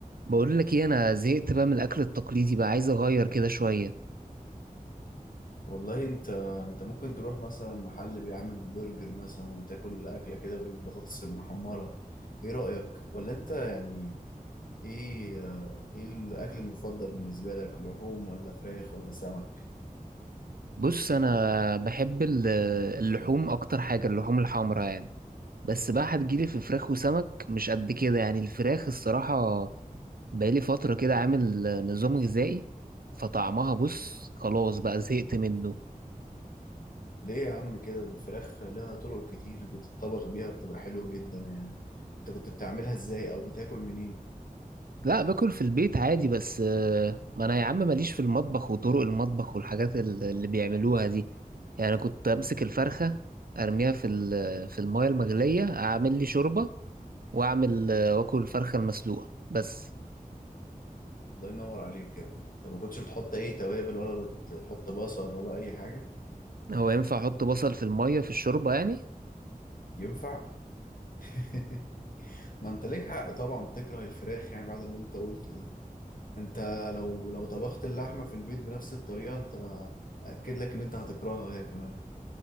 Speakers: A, on the right (about 80°); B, on the left (about 70°).
A: بقول لك ايه انا زهقت بقى من الاكل التقليدي بقى عايز اغير كده شويه
B: والله انت انت ممكن تروح مثلا محل بيعمل برجر مثلا وتاكل اكله كده بالبطاطس المحمره ايه رايك ولا انت يعني ايه آه، ايه الاكل المفضل بالنسبه لك لحوم ولا فراخ ولا سمك
A: بص انا بحب ال- اللحوم اكتر حاجه اللحوم الحمراء يعني بس بقى هتجيلي في فراخ وسمك مش قد كده يعني الفراخ الصراحه بقالي فتره كده عامل نظام غذائي فطعمها بص خلاص بقى زهقت منه
B: ليه يا عم كده الفراخ لها طرق كتير بتطبخ بيها بتبقى حلوه جدا يعني انت كنت بتعملها ازاي او بتاكل منين
A: لا باكل في البيت عادي بس آه، ما انا يا عم ماليش في المطبخ وطرق المطبخ والحاجات ال- اللي بيعملوها دي يعني انا كنت امسك الفرخة ارميها في ال- في المايه المغلية اعمل لي شوربة واعمل آه، واكل الفرخة المسلوقة بس
B: الله ينور عليك يا ابني انت ما كنتش بتحط اي توابل ولا بتحط بصل ولا اي حاجه
A: هو ينفع احط بصل في المايه في الشوربة يعني
B: ينفع <laughs> ما انت ليك حق طبعا تكره الفراخ يعني بعد اللي انت قلته ده انت لو لو طبخت اللحمة في البيت بنفس الطريقة انت اكد لك ان انت هتكرهها هي كمان